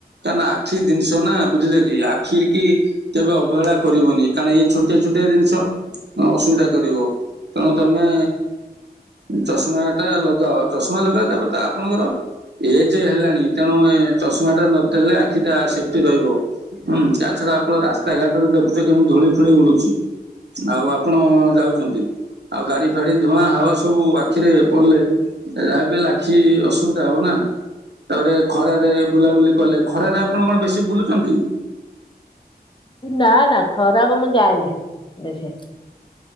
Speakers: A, on the right; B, on the left.
A: କାନା ଆଖି ଜିନିଷ ନା ବୁଝିଲେ କି ଆଖି କି କେବେ ଅବହେଳା କରିବନି କାରଣ ଏଇ ଛୋଟ ଛୋଟିଆ ଛୋଟିଆ ଜିନିଷ ଅସୁବିଧା କରିବ। ତେଣୁ ତମେ ଚଷମା ଟା ଲଗାଅ। ଚଷମା ଲଗା ତାପରେ ତ ଆପଣଙ୍କର ଏଜ ହେଲାଣି ତେଣୁ ଏ ଚଷମା ଟା ନ ଦେଲେ ଆଖିଟା ସେଫ୍ଟି ରହିବ। ହୁଁ ତା ଛଡା ଆପଣ ରାସ୍ତାଘାଟରେ ଦେଖୁଛ କି କେମିତି ଧୂଳି ଫୁଳି ଉଡୁଛି। ଆଉ ଆପଣ ଯାଉଛନ୍ତି। ଆଉ ଗାଡି ଫାଡି ଧୂଆଁ ହାୱା ସବୁ ଆଖିରେ ପଡିଲେ ଯାହା ହେଲେ ଆଖି ଅସୁବିଧା ହବ ନା। ତାପରେ ଖରାରେ ବୁଲାବୁଲି କଲେ ଖରାରେ ଆପଣ କଣ ବେଶୀ ବୁଲୁଛନ୍ତି?
B: ନା ନା ଖରାକୁ ମୁଁ ଯାଏନି ବେଶି।